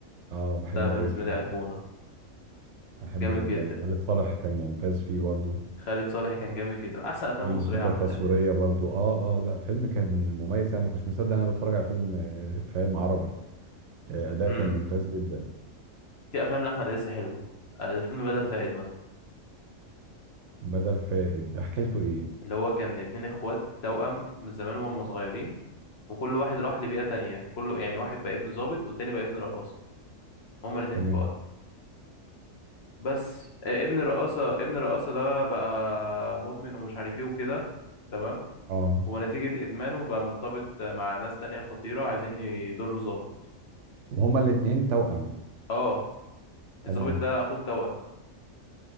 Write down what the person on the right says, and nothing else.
اه بحبه
قوي الفيلم
ده بحبه
جدا
وخالد صالح كان ممتاز فيه برضو
الموسيقى
التصويريه
برضو اه اه لا فيلم كان مميز انا ما كنتش مصدق إن انا بتفرج على فيلم آه، فاهم عربي آه، اداء
كان ممتاز جدا
بدل فائد ده حكايته ايه
تمام
اه
وهما الاتنين توأم
تمام